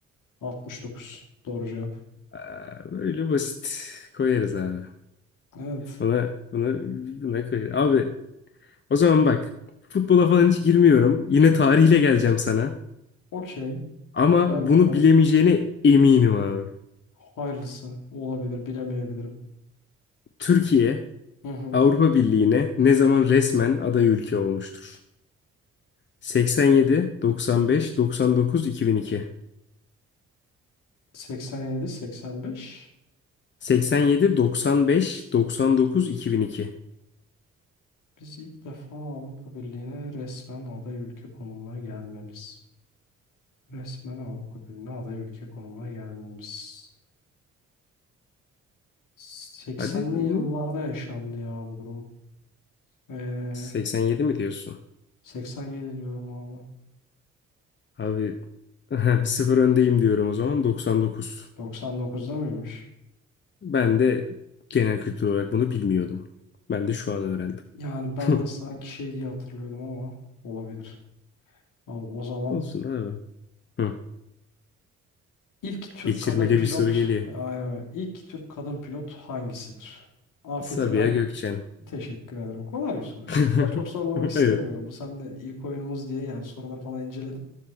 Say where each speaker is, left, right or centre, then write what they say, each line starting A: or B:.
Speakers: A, on the left (about 55°); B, on the left (about 30°).
A: 69. Doğru cevap.
B: Aa, böyle basit koyarız abi.
A: Evet.
B: Buna, buna, buna koyarız. Abi o zaman bak futbola falan hiç girmiyorum. Yine tarihle geleceğim sana.
A: Okey.
B: Ama
A: Gel
B: bunu
A: bakalım.
B: bilemeyeceğine eminim abi.
A: Hayırlısı olabilir, bilemeyebilirim.
B: Türkiye
A: Hı hı.
B: Avrupa Birliği'ne ne zaman resmen aday ülke olmuştur? 87, 95, 99, 2002.
A: 87, 85.
B: 87, 95, 99, 2002.
A: Biz ilk defa Avrupa Birliği'ne resmen aday ülke konumuna gelmemiz. Resmen Avrupa Birliği'ne aday ülke konumuna gelmemiz. 80'li
B: Hadi bunu
A: yıllarda yaşandı ya bu durum. Ee,
B: 87 mi diyorsun?
A: 87 diyorum abi.
B: Abi <laughs> bir sıfır öndeyim diyorum o zaman 99.
A: 99'da mıymış?
B: Ben de genel kültür olarak bunu bilmiyordum. Ben de şu an öğrendim.
A: Yani ben
B: <laughs>
A: de sanki şey diye hatırlıyordum ama olabilir. Abi o zaman
B: Olsun abi. Hı.
A: ilk Türk
B: Geçirmeli
A: kadın pilot,
B: bir soru geliyor.
A: ay, ilk Türk kadın pilot hangisidir? Afet
B: Sabiha
A: İnan.
B: Gökçen.
A: Teşekkür ederim. Kolay bir soruydu.
B: <laughs>
A: Ya çok zorlamak istemiyorum.
B: Evet.
A: Bu seninle ilk oyunumuz diye yani soruları falan inceledim.